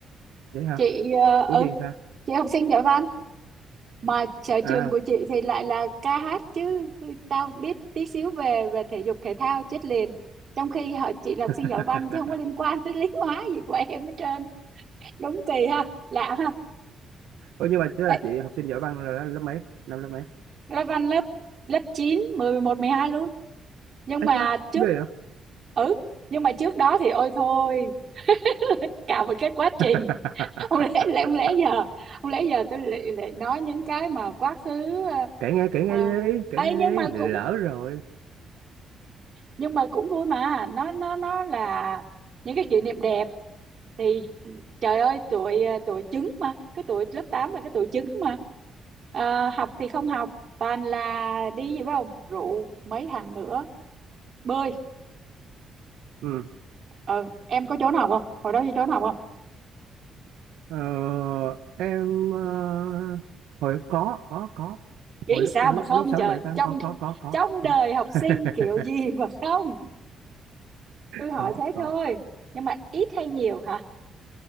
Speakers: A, on the right (about 80°); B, on the right (about 50°).
A: vậy hả
B: Chị, ờ, ừ,
A: của gì sao
B: chị học sinh giỏi văn, mà sở trường
A: à
B: của chị thì lại là ca hát chứ tao biết tí xíu về về thể dục thể thao chết liền. Trong khi họ chị là học
A: <laughs>
B: sinh giỏi văn chứ không có liên quan tới lý hóa gì của em hết trơn. đúng kỳ ha lạ ha
A: ủa nhưng mà tức là
B: Ê,
A: chị học sinh giỏi văn là lớp mấy năm lớp mấy
B: lớp văn lớp lớp chín mười mười một mười hai luôn nhưng
A: ấy
B: mà
A: cha
B: trước
A: ghê vậy
B: ừ nhưng mà trước đó thì ôi thôi <laughs> cả một cái quá trình
A: <laughs>
B: <laughs> không lẽ lẽ không lẽ giờ không lẽ giờ tôi lại, lại nói những cái mà quá khứ à,
A: kể nghe kể nghe
B: à.
A: đi kể
B: ấy
A: nghe
B: nhưng
A: đi
B: mà
A: lỡ
B: cũng
A: rồi
B: nhưng mà cũng vui mà nó nó nó là những cái kỷ niệm đẹp thì trời ơi tụi tụi trứng mà cái tụi lớp 8 là cái tụi trứng mà à, học thì không học toàn là đi gì biết không rượu mấy thằng nữa bơi
A: ừ
B: ừ em có trốn học không hồi đó đi trốn học không
A: ờ, em ờ, hồi có có có
B: nghĩ
A: hồi lớp
B: sao
A: lớp
B: mà không
A: lớp sáu
B: trời
A: lớp bảy tám
B: trong
A: có có có có
B: trong đời
A: có
B: học
A: <laughs>
B: sinh kiểu gì mà không tôi hỏi
A: có
B: thế
A: có
B: thôi nhưng mà ít hay nhiều hả